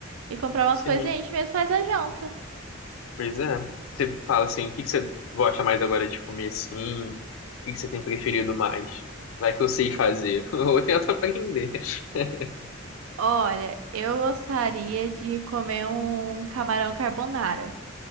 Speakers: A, on the right; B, on the left.
A: E comprar umas
B: Sim,
A: coisas e a gente mesmo faz a janta.
B: pois é. Você fala assim, o que que você gosta mais agora de comer assim? O que que você tem preferido mais? Vai que eu sei fazer, <laughs> ou eu tento aprender. <laughs>
A: Olha, eu gostaria de comer um camarão carbonara.